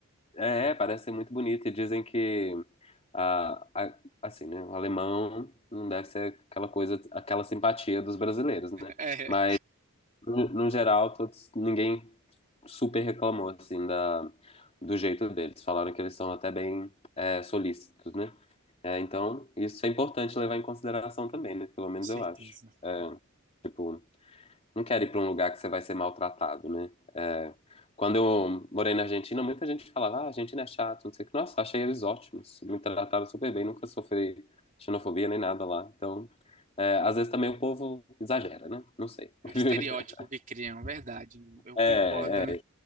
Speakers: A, on the left; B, on the right.
A: É, parece ser muito bonito e dizem que a, a- assim, né, o alemão não deve ser aquela coisa, aquela simpatia dos brasileiros,
B: <laughs>
A: né?
B: É,
A: Mas no, no geral, todos, ninguém super reclamou, assim, da, do jeito deles. Falaram que eles são até bem é, solícitos, né? É, então, isso é importante levar em consideração também, né? Pelo menos
B: com certeza.
A: eu acho. Tipo, não quero ir pra um lugar que você vai ser maltratado, né? É, quando eu morei na Argentina, muita gente falava, ah, a Argentina é chato, não sei o que. Nossa, achei eles ótimos. Me trataram super bem, nunca sofri xenofobia nem nada lá. Então, é, às vezes também o povo exagera, né? Não sei.
B: É
A: <laughs>
B: o estereótipo que criam, verdade. Eu
A: É,
B: concordo, né?